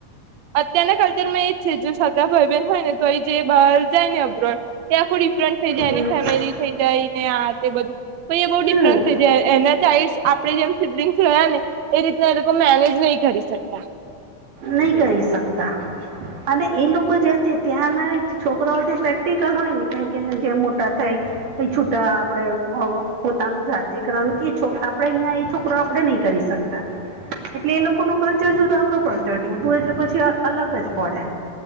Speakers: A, on the right (about 70°); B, on the right (about 85°).
A: અત્યારના કલ્ચર માં એજ છે જે સગા ભાઈ બહેન હોય ને તો એ જે બહાર જાય ને અબ્રોડ એ આખું ડિફરન્સ થઈ જાય
B: હમ,
A: છે એની ફેમિલી થઈ જાય ને આ તે બધું તો એ બહુ ડિફરન્સ
B: હમ
A: થ એના ત્યાં આઇલ્ આપે જેમ સિબલિંગ્સ જોયા ને એ રીતના એ લોકો મેનેજ નહી કરી શકતા.
B: નહી કરી શકતા. અને એ લોકો જતે ત્યાંના છોકરા હોય ત પ્રેક્ટિકલ હોય ને કેમ કે જે મોટા થાય. પ છૂટા આપડે પોતાનું જાતે કરવાનું એ છોક આપડે અહિયાં એ છોકરો આપડે નહી કરી શકતા.
A: <unintelligible>
B: એટલે એ લોકો નું કલ્ચર જુદુ આપણું કલ્ચર જુદુ એટલે પછી અલગ જ પડે.